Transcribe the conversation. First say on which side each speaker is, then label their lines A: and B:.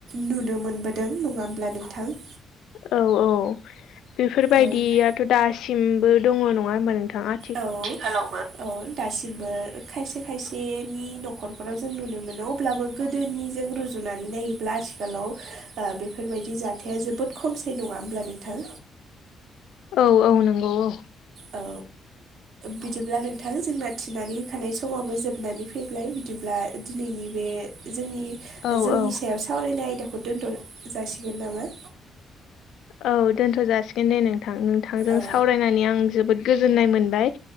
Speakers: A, on the right; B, on the left.
A: नुनो मोनबोदों नङा होमब्ला नोंथां।
B: औ औ। बेफोरबायदियाथ'
A: औ
B: दासिमबो दङ' नङा होमबा नोंथां। आ
A: औ थिखालावबो। औ दासिमबो खायसे खायसेनि न'खरफोराव जों नुनो मोनो अब्लाबो गोदोनिजों रुजुनानै नायोब्ला आथिखालाव आ बेफोरबायदि जाथाया जोबोद खमसै नङा होमब्ला नोंथां।
B: औ औ नंगौ औ।
A: औ। बिदिब्ला नोंथां जोंना थिनानै होखानाय समावबो जोबनानै फैबाय बिदिब्ला दिनैनि बे जोंनि
B: औ
A: जौनि
B: औ
A: सायाव सावरायनाय आयदाखौ दोन्थ' जासिगोन नामा?
B: औ दोनथ' जासिगोन दे नोंथां नोंथांजों
A: औ
B: सावरायनानै आं जोबोद गोजोननाय मोनबाय